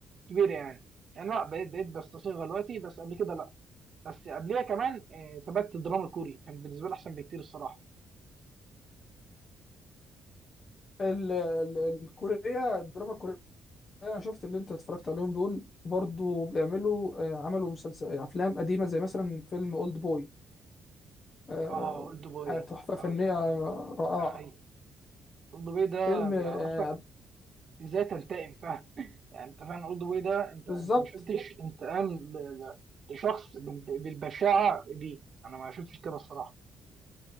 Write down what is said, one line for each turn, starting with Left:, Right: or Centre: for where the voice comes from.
Right: كبيره يعني يعني لا بقيت بقيت بستصيغها دلوقتي بس قبل كده لا بس قبليها كمان آه، تابعت الدراما الكوري كان بالنسبه لي احسن بكتير الصراحه
Left: ال- ال- الكورية الدراما الكورية أنا شفت اللي أنت اتفرجت عليهم دول برضو بيعملوا آه، عملوا مسلسل آه، أفلام قديمة زي مثلا فيلم أولد بوي آه،
Right: اه اولد بوي
Left: تحفة فنية
Right: اه
Left: رائعة
Right: ده حقيقي اولد بوي ده
Left: فيلم
Right: بيعرفك
Left: آه،
Right: ازاي تنتقم فاهم يعني انت فاهم اولد بوي ده انت
Left: بالظبط
Right: انت ما شفتش انتقام ل- ل- لشخص بال- بالبشاعه دي انا ما شفتش كده الصراحه